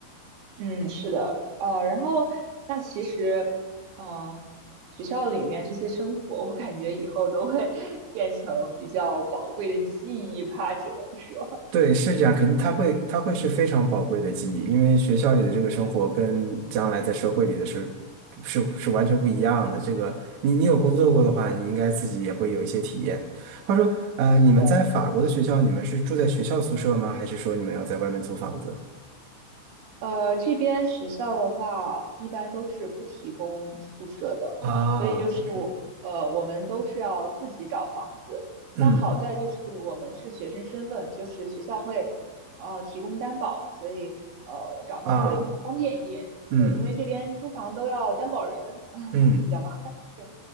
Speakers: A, on the right; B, on the right.
A: 嗯，是的，呃，然后那其实呃，学校里面这些生活，我感觉以后都会 <laughs> 变成比较宝贵的记忆吧，只能说。
B: 对，是这样，肯定它会它会是非常宝贵的记忆，因为学校里的这个生活跟将来在社会里的是是是完全不一样的。
A: 嗯
B: 这个你你有工作过的话，你应该自己也会有一些体验。话说，呃，
A: 是的，
B: 你们在法国的学校，你们是住在学校宿舍吗？还是说你们要在外面租房子？
A: 呃，这边学校的话，一般都是不提供宿舍的，
B: 啊，OK，
A: 所以就是我，呃，我们都是要自己找房子。
B: 嗯，
A: 但好在就是我们是学生身份，就是学校会，呃，提供担保，所以呃，找房子会方便一点。
B: 啊，嗯，
A: 对，因为这边租房都要担保人，唉，
B: 嗯，
A: 比较麻烦。是。